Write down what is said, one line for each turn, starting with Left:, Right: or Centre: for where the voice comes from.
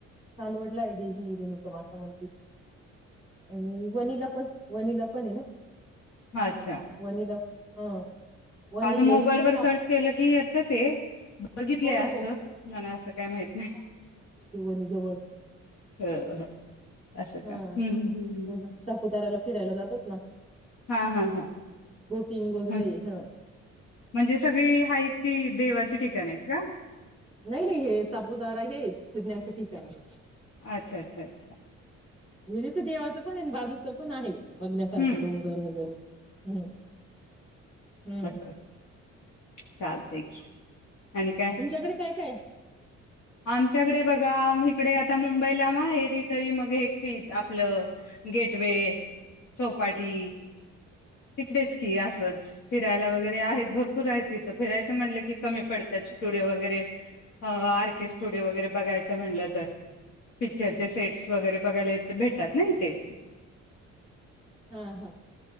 Centre: चांदवाडला देवी रेणुकामाता मंदिर. आणि वणीला पण वणीला पण हे ना.
Left: अच्छा,
Centre: वणीला हा वणी
Left: असं मोबाईलवर
Centre: आहे तिकडे साप
Left: सर्च केलं की येत ते, बघितलंय
Centre: हो
Left: असं,
Centre: हो
Left: पण असं काय माहित नाही.
Centre: वणीजवल,
Left: हो हो असं
Centre: हां
Left: का हम्म हम्म हम्म.
Centre: हं, सापुचाऱ्याला फिरायला जातात ना.
Left: हा हा हा.
Centre: थिंग वगैरे
Left: म्हण-
Centre: हे, हा.
Left: म्हणजे सगळी हायेत ती देवाचे ठिकाणे आहेत का?
Centre: नाही -नाही हे सापुतारा हे फिरण्याच ठिकाण आहे.
Left: अच्छा अच्छा अच्छा
Centre: म्हणजे ते देवाचं पण आहेन बाजूच पण आहे.. बघण्यासारखं
Left: हम्म
Centre: डोंगर वगैरे हम्म- हम्म...
Left: असं असं चालतंय की.... आणि काय
Centre: तुमच्याकडे काय -काये.....
Left: आमच्याकडे बघा म इकडे आता मुंबईला माहेरी तरी मग एक तीच आपलं गेटवे चौपाटी तिकडेच की असंच फिरायला वगैरे आहेत भरपूर आहेत तिथं की असंच फिरायला वगैरे आहेत भरपूर आहेत तिथं फिरायच म्हणलं की कमी पडत्यात स्टुडिओ वगैरे अ आर केे स्टुडिओ वगैरे बघायचं म्हणलं तर पिक्चरचे सेट्स वगैरे बघायला येत भेटात नाही ईथे....
Centre: हं- हं